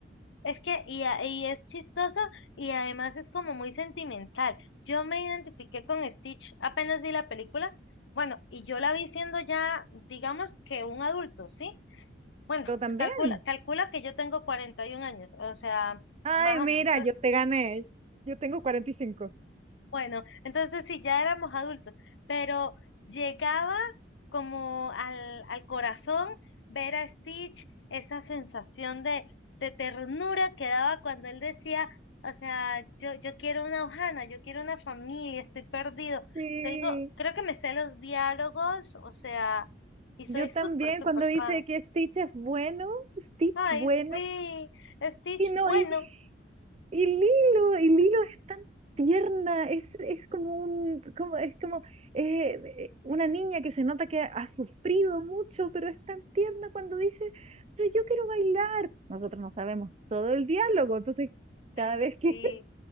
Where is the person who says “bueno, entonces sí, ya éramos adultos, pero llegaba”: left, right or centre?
Left